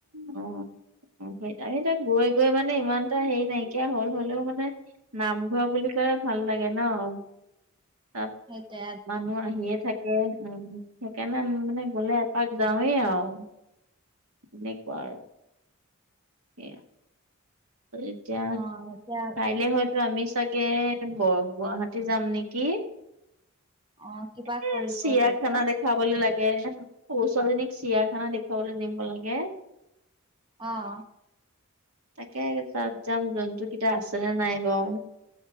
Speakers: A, on the right (about 80°); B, on the right (about 20°).
A: অ'। অ', সেইটো আমি তাত গৈ গৈ মানে ইমান এটা হেৰি নাইকিয়া হ'ল, হ'লেও মানে নামঘৰ বুলি কলে ভাল লাগে ন' তাত
B: সেইটোৱে।
A: মানুহ আহিয়ে থাকে উম, সেইকাৰণে আমি মানে গলে এপাক যাওঁৱে আৰু। তেনেকুৱা আৰু। সেইয়া, এতিয়া
B: অ', এতিয়া
A: কাইলে হই য়টো আমি চাগে বৰ গুৱাহাটী যাম নেকি।
B: অ', কিবা
A: এ
B: কৰিব
A: চিৰিয়াখানা
B: যাব।
A: দেখ খাবলৈ লাগে সৰু ছালজনীক চিৰিয়াখানা দেখুৱাবলৈ নিব লাগে।
B: অ'।
A: তাকে তাত যাম জন্তু কেইটা আছে নে নাই বাৰু।